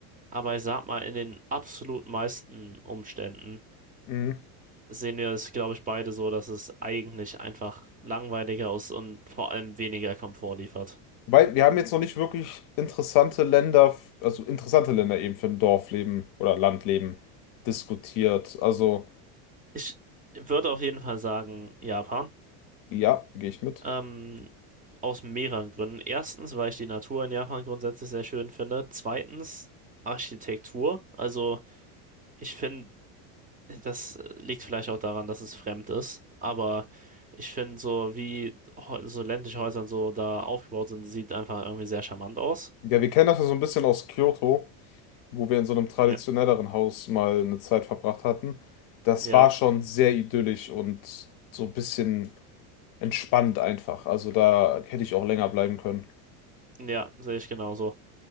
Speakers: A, on the right; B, on the left.
A: Aber ich sag mal, in den absolut meisten Umständen
B: Mhm.
A: sehen wir es, glaube ich, beide so, dass es eigentlich einfach langweiliger ist und vor allem weniger Komfort liefert.
B: Weil wir haben jetzt noch nicht wirklich interessante Länder, f- also interessante Länder eben für ein Dorfleben oder Landleben diskutiert. Also
A: Ich würde auf jeden Fall sagen, Japan.
B: ja, gehe ich mit.
A: Ähm, aus mehreren Gründen. Erstens, weil ich die Natur in Japan grundsätzlich sehr schön finde. Zweitens, Architektur. Also, ich finde, das liegt vielleicht auch daran, dass es fremd ist. Aber ich finde, so wie Hä- so ländliche Häuser und so da aufgebaut sind, sieht einfach irgendwie sehr charmant aus.
B: Ja, wir kennen das ja so ein bisschen aus Kyoto, wo wir in so einem traditionelleren
A: Ja,
B: Haus mal eine Zeit verbracht hatten. Das
A: ja,
B: war schon sehr idyllisch und so ein bisschen entspannt einfach. Also da hätte ich auch länger bleiben können.
A: ja, sehe ich genauso.